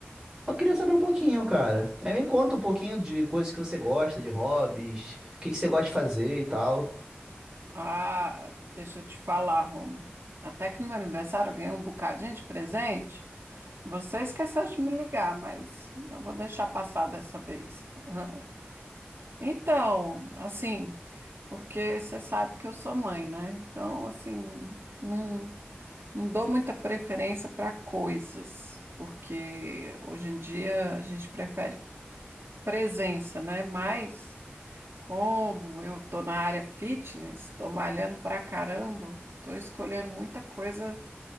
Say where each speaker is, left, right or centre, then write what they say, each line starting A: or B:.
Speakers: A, on the right (about 20°); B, on the right (about 65°).
A: Eu queria saber um pouquinho, cara. Aí me conta um pouquinho de coisas que você gosta, de hobbies, o que que você gosta de fazer e tal.
B: Ah, deixa eu te falar, Rômulo. Até que no meu aniversário eu ganhei um bocadinho de presente. Você esqueceu de me ligar, mas eu vou deixar passar dessa vez. <laughs> Então, assim, porque você sabe que eu sou mãe, né? Então, assim, não, não dou muita preferência para coisas, porque hoje em dia a gente prefere presença, né? Mas, como eu tô na área fitness, tô malhando pra caramba, tô escolhendo muita coisa